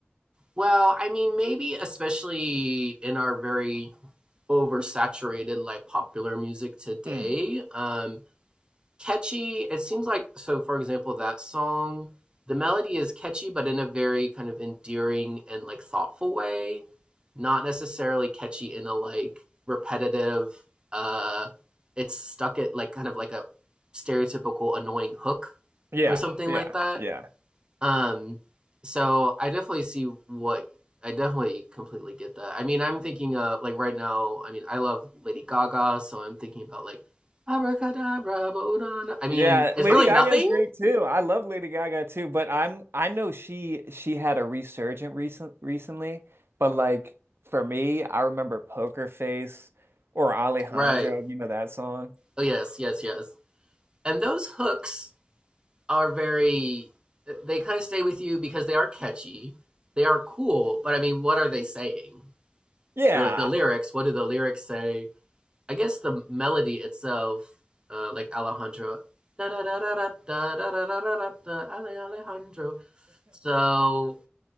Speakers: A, on the right; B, on the right.
A: Well, I mean maybe especially in our very oversaturated like popular music today,
B: Mm.
A: um catchy. It seems like so. For example, that song, the melody is catchy, but in a very kind of endearing and like thoughtful way. Not necessarily catchy in a like repetitive. uh It's stuck at like kind of like a stereotypical annoying hook
B: Yeah,
A: or something
B: yeah,
A: like that
B: yeah.
A: um, so I definitely see what I definitely completely get that. I mean, I'm thinking of like right now. I mean, I love Lady Gaga, so I'm thinking about like abracadabra, bodana. I mean,
B: Yeah,
A: it's
B: Lady
A: really
B: Gaga
A: nothing,
B: is great too. I love Lady Gaga too, but I'm I know she she had a resurgent recent recently, but like for me, I remember Poker Face or Alejandro,
A: right?
B: you know that song?
A: Oh yes, yes, yes. And those hooks are very. They kind of stay with you because they are catchy, they are cool. But I mean, what are they saying?
B: Yeah.
A: Really, the lyrics. What do the lyrics say? I guess the melody itself, uh, like Alejandro, da da da da da da da da da da Alejandro. So